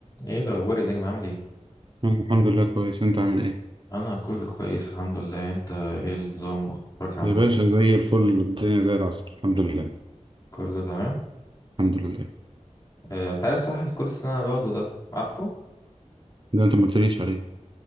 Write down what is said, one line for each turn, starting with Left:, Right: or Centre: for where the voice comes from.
Left: ايه الاخبار يا نجم عامل ايه
Right: أنا الحمد لله كويس انت عامل ايه
Left: انا كله كويس الحمد لله انت ايه النظام اخبارك عامل
Right: يا باشا
Left: ايه
Right: زي الفل الدنيا زي العسل الحمد لله
Left: كله تمام
Right: الحمد لله
Left: آه، انت عارف صح الكورس اللي انا باخده ده عارفه
Right: ده انت ما قلتليش عليه